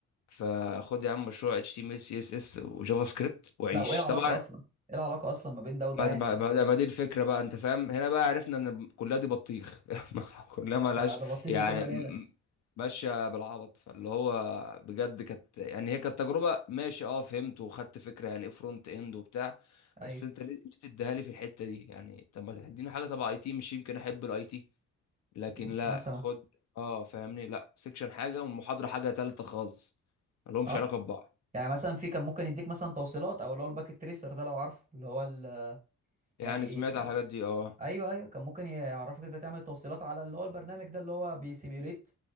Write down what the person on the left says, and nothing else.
فخد يا عم مشروع اتش تي ام ال سي اس اس وجافا سكريبت وعيش
طبعا
ما
ما
ما ما دي الفكره بقى انت فاهم هنا بقى عرفنا ان الكليه دي بطيخ <laughs> كلها ملهاش
يعني
م- م- ماشيه بالعبط فاللي هو بجد كانت يعني هي كانت تجربه ماشي اه فهمت وخدت فكره يعني ايه فرونت اند وبتاع
بس انت ليه ليه تديها لي في الحته دي يعني طب ما تديني حاجه تبع اي تي مش يمكن احب الاي تي لكن
لا
خد اه فاهمني لا سيكشن حاجه والمحاضره حاجه تالته خالص ملهمش
علاقه ببعض
يعني
سمعت
على الحاجات دي اه